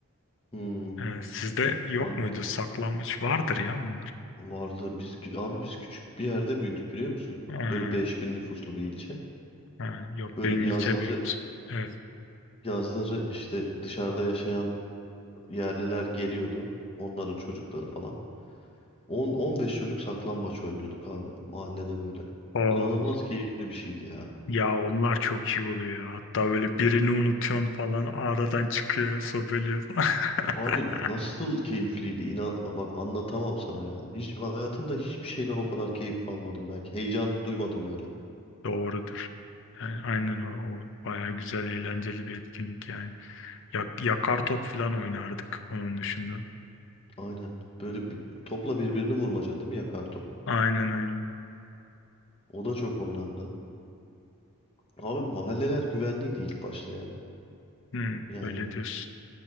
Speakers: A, on the left; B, on the left.
A: Hmm,
B: Ee, sizde yok
A: anladım.
B: muydu? Saklanmış vardır ya onlar.
A: Vardı. Biz kü- abi biz küçük bir yerde büyüdük biliyor musun?
B: Ee,
A: Böyle 5000 nüfuslu bir ilçe.
B: ha, yok
A: Böyle
B: benim
A: yazları
B: ilçe büyük. Evet.
A: yazları işte dışarıda yaşayan yerliler geliyordu. Onların çocukları falan. 10 15 çocuk saklambaç oynuyorduk abi mahallede böyle.
B: Oo,
A: İnanılmaz keyifli bir şeydi ya.
B: ya onlar çok iyi oluyor. ya. Hatta böyle birini unutuyorsun falan aradan çıkıyor, sobeliyor falan.
A: Abi
B: <laughs>
A: nasıl keyifliydi? İnan bak anlatamam sana ya. Hiç hayatımda hiçbir şeyden o kadar keyif almadım belki. Heyecan duymadım böyle.
B: Doğrudur. Yani aynen o, o bayağı güzel eğlenceli bir etkinlik yani. Yak, yakar top falan oynardık onun dışında.
A: Aynen. Böyle bir- topla birbirini vurmaca değil mi? Yakar top.
B: Aynen aynen.
A: O da çok oynandı. Abi mahalleler güvenliydi ilk başta ya.
B: Hmm,
A: Yani
B: öyle diyorsun.